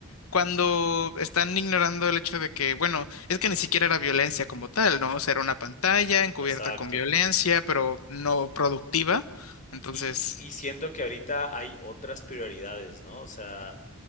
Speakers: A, on the left (about 80°); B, on the left (about 35°).
A: cuando están ignorando el hecho de que, bueno, es que ni siquiera era violencia como tal, ¿no? O sea, era una pantalla encubierta
B: exacto.
A: con violencia, pero no productiva. Entonces,
B: Y, y siento que ahorita hay otras prioridades, ¿no? O sea,